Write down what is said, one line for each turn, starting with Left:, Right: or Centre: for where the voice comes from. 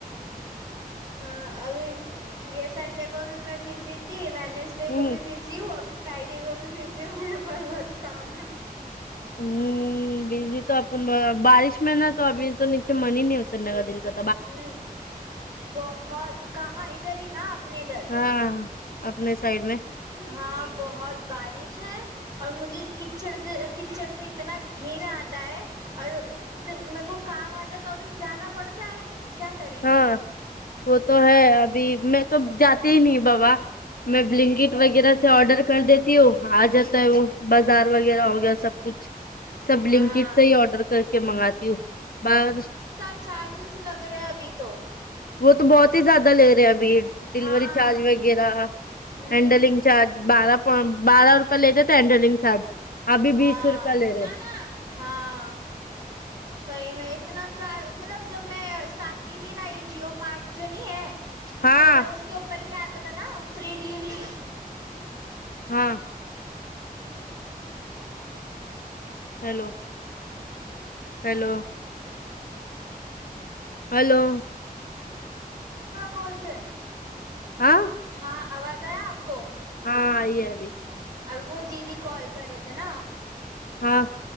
Right: ہاں ابھی یہ سنڈے کو بھی میں بزی تھی وینسڈے
Left: ہ
Right: کو بھی بزی ہوں ابھی فرائیڈے کو بزی ہوں میرے پاس بہت کام ہے
Left: ہمم بجلی تو اپن بارش میں نا تو ابھی تو نیچے من ہی نہیں ہوتا اترنے دل کا
Right: ہمم بہت کہاں ادھر ہی نا اپنے ادھر
Left: ہاں اپنے سائڈ میں
Right: ہاں بہت بارش ہے اور مجھے کچڑ سے کچڑ سے اتنا گھین آتا ہے اور میر کو کام آتا ہے تو ابھی جانا پڑتا ہے کیا کریں گے
Left: ہاں وہ تو
Right: ہاں
Left: ہے ابھی میں تو جاتے ہی نہیں بابا میں بلینکٹ وغیرہ سے آرڈر کر دیتی ہوں آ جاتا ہے وہ بازار وغیرہ ہو گیا سب کچھ سب بلینکٹ
Right: ہاں
Left: سے ہی آڈر کر کے منگاتی ہوں بار
Right: چارجیز لگ رہے ہیں ابھی تو
Left: وہ تو بہت ہی زیادہ لے رہے ابھی ڈیلیوری
Right: ہاں
Left: چارج وغیرہ
Right: ہوں
Left: ہینڈلنگ چارج بارہ پ بارہ روپے لیتے تھےہینڈلنگ چارج ابھی
Right: ہاں
Left: بیس روپیہ لے رہے تھے
Right: ہاں صحیح میں اتنا چار مطلب جب میں اسٹارٹ کی تھی نا یہ جیو مارٹ جو نہیں ہے
Left: ہاں
Right: پہلے اس کے اوپر بھی آتا تھا نا فری ڈلیوری
Left: ہاں ہیلو ہیلو ہیلو
Right: کال پہ
Left: ہاں
Right: ہاں آواز آیا آپ کو
Left: ہاں آئی ہےابی
Right: ابھی وہ دیدی کال کر رہے تھے نا
Left: ہاں